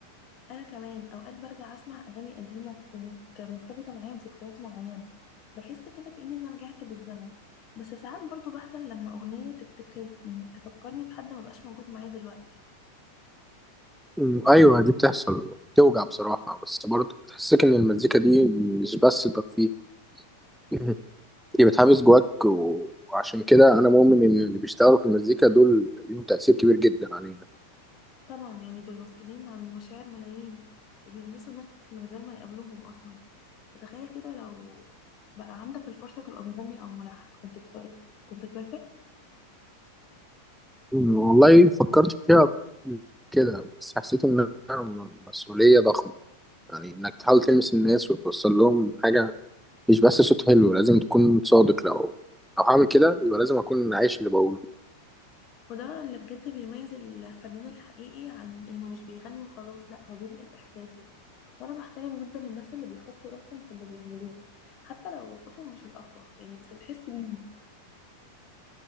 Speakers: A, on the left; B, in the centre.
A: انا كمان اوقات برجع اسمع اغاني قديمه كانت مرتبطه معايا بذكريات معينه بحس كده كاني انا رجعت بالزمن بس ساعات برضو بحزن لما اغنيه تفتكر يعني تفكرني بحد ما بقاش موجود معايا دلوقتي
B: أمم، ايوه دي بتحصل بتوجع بصراحه بس برضه بتحسك ان المزيكا دي مش بس ترفيه أمم، دي بتحبس جواك و... وعشان كده انا مؤمن ان اللي بيشتغلوا في المزيكا دول ليهم تاثير كبير جدا علينا
A: طبعا يعني دول مسؤولين عن مشاعر ملايين وبيلمسوا ناس من غير ما يقابلوهم اصلا فتخيل كده لو بقى عندك الفرصه تبقى مغني او ملحن كنت تف... كنت توافق
B: أمم، والله فكرت فيها قبل كده بس حسيت انها مسؤوليه ضخمه يعني انك تحاول تلمس الناس وتوصل لهم حاجه مش بس صوت حلو لازم تكون صادق لو لو هعمل كده يبقى لازم اكون عايش اللي بقوله
A: وده بقى اللي بجد بيميز الفنان الحقيقي عن انه مش بيغني وخلاص لا هو بينقل احساسه وانا بحترم جدا الناس اللي بيحطوا روحهم في اللي بيعملوه حتى لو صوتهم مش الاقوى يعني بس بتحس بيهم